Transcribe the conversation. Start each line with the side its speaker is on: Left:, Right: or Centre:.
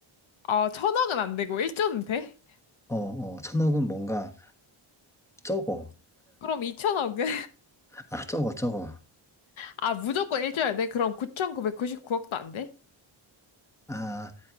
Left: 아, 천억은 안 되고 1조는 돼?
Centre: 어, 어, 천억은 뭔가 적어.
Left: 그럼 2천억은?
Centre: 아, 적어, 적어.
Left: 아, 무조건 일조야 돼? 그럼 9,999억도 안 돼?
Centre: 아,